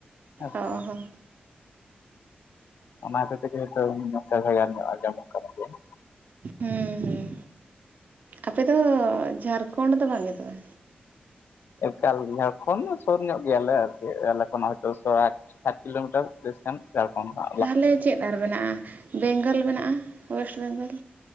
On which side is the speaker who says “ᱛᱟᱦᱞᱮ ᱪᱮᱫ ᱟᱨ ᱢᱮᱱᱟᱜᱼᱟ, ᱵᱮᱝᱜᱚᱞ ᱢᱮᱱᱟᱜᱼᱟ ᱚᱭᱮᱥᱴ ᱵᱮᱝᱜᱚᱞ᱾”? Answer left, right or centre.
Right